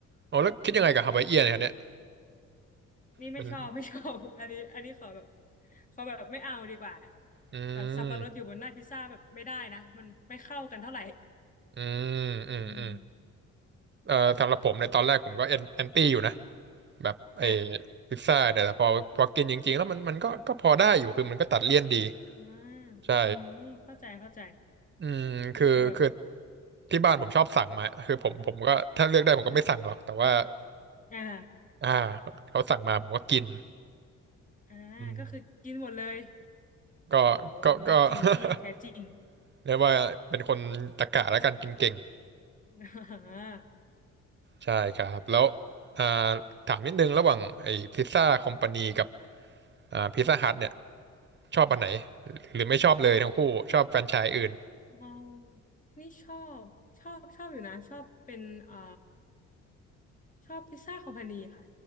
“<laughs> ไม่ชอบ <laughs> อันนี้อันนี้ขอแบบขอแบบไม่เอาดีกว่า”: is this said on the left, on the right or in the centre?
Left